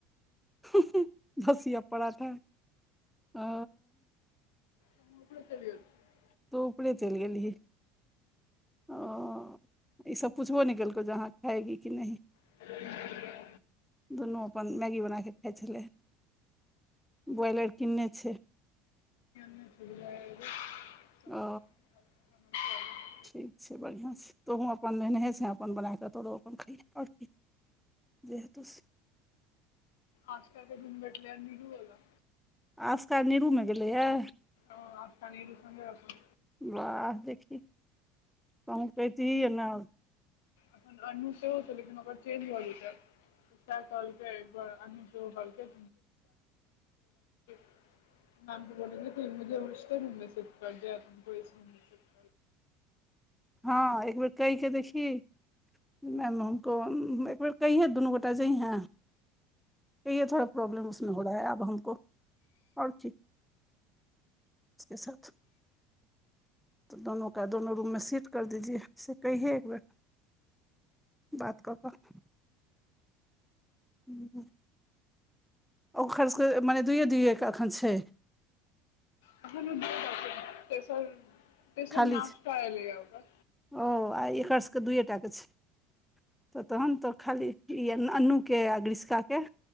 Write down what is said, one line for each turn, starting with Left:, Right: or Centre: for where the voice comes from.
Centre: हुं हुं भसिया पड़ाठा आ
Left: हमहु ऊपरे‌ चेल गेल। छलियै
Centre: तोऽ ऊपरे चलि गेलहि। ओ ई सब पुछबो नहि केलकौ जे अहाँ खाऐगी कि नहि।
Left: <unintelligible>
Centre: दुनू अपन मैगी बना कऽ खाइ छलै। ब्रॉयलेट कीन्ने छैय।
Left: <unintelligible> सबकिछु
Centre: ओ ठीक छै बढ़िआँ छै तोहूँ अपन एनहे छै। अपन बना कऽ तोरो अपन खइह आर कि जे हतो से
Left: आस्था के रूम भटलै निरू बला
Centre: आस्था नीरूमे गेलैए
Left: ह आस्था नीरू संगे अपन
Centre: बाह देखि कनि कहितही नऽ
Left: अखन अन्नु सेहो छै। लेकिन ओकर चेंज भऽ जेतैय। से कहलकै अन्नु सेहो कहलकै <unintelligible> मैम के बतैलकै मुझे इस रूम में सेट कर दिया तुमको इस रूम में सेट <inaudible>
Centre: ह एक बेर कहि के देखि। कि मैम हमको एक बेर कहहि है दुनू गोटा जइहै। कइहै थोरा प्रॉब्लम उसमे हो रहा है अब हमको ओर ठीक इसके साथ दुनू के दुनू रूम मे सीट कर दीजिय से कइहै एक बेर बात कऽ कऽ हु ओखर सके मने दुइए दुइएके अखन छैय।
Left: <unintelligible> तेसर तेसरमे
Centre: खाली
Left: आठ
Centre: छै
Left: टा एले यै ओकर
Centre: ओ आ एकर सबके दुए टा के छै तऽ तहन तऽ खाली ई अन अन्नूके आ ग्रिस्का के